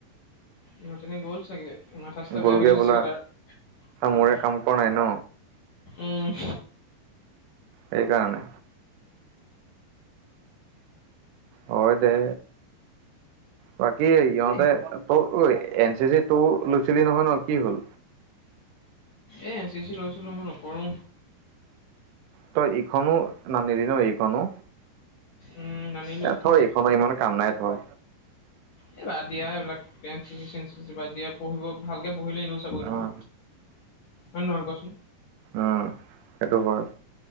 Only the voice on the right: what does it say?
গ'লগে
বোলা
মোৰে কাম কৰা নাই ন
সেইকাৰণে। হয় দে। বাকী ইহঁতে
ত এন চি চি ত লৈছিলি নহয় ন, কি হ'ল?
তই ইখনো নানেদি, ন এইখনো।
থ এইখনৰ ইমান কাম নাই থোৰ।
উম
অ', সেইটো হয়।